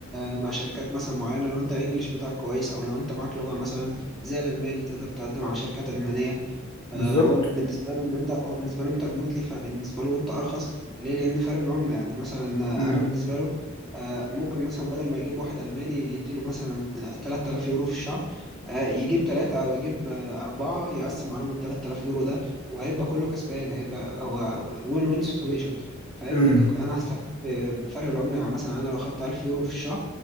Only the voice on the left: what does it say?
بالظبط
امم
امم